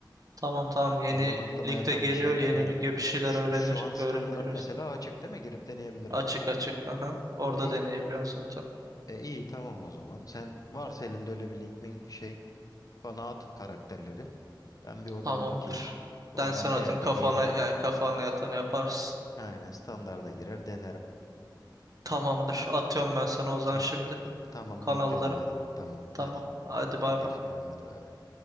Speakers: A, on the right; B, on the left.
A: Tamam tamam yeni
B: Oradan aklıma
A: ligde
B: yatan
A: geliyor.
B: bir şeyi
A: Yeni
B: denerim.
A: lige bir şeyler
B: Şu,
A: öğrenir
B: şu an standart
A: öğrenip giresin.
B: mesela açık değil mi? Girip deneyebilirim
A: Açık
B: ben.
A: açık. Aha. Orada
B: E,
A: deneyebiliyorsun zaten.
B: e, iyi tamam o zaman. Sen varsa elinde öyle bir link mink bir şey bana at karakterleri. Ben bir oradan
A: Tamamdır.
B: bakayım. Oradan
A: Ben sana
B: beğendiğimi
A: atayım kafana
B: yeni
A: yani kafana yatanı yaparsın.
B: aynen standarda girer denerim.
A: Tamamdır. Atıyorum ben sana o zaman
B: İyi.
A: şimdi
B: T- tamam
A: kanalları.
B: bekliyorum madem. Tamam
A: Tamam.
B: hadi.
A: Hadi bay
B: Teşekkür
A: bay.
B: ederim hadi bay bay.